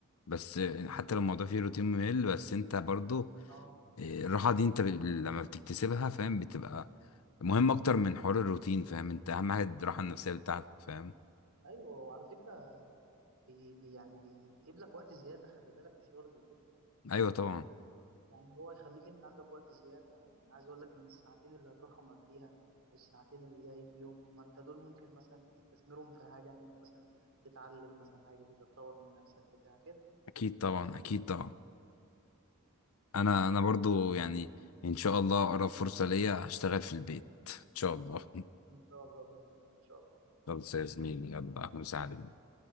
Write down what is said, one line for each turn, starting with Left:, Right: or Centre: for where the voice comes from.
Left: بس حتى لو الموضوع فيه روتين ممل بس انت برضو
Right: اه
Left: إيه، الراحه دي انت ب- لما بتكتسبها فاهم بتبقى مهم اكتر من حوار الروتين فاهم انت اهم حاجه الراحه النفسيه بتاعتك فاهم
Right: ايوه وعلى فكرة بي بي يعني بيجيب لك وقت زيادة خلي بالك الشغل في البيت ده
Left: ايوه طبعا
Right: يعني هو يخليك انت عندك وقت زيادة يعني عايز اقول لك ان الساعتين اللي هتروحهم قبليها والساعتين اللي جاي فيهم ما انت دول ممكن مثلا تستثمرهم في حاجة ان انت مثلا تتعلم مثلا حاجة جديدة تطور من نفسك بتاع كده
Left: اكيد طبعا اكيد طبعا انا انا برضو يعني ان شاء الله اقرب فرصة ليا هشتغل في البيت ان شاء الله <laughs>
Right: ان شاء الله بإذن الله ان شاء الله
Left: خلاص يا زميلي يلا مساعدة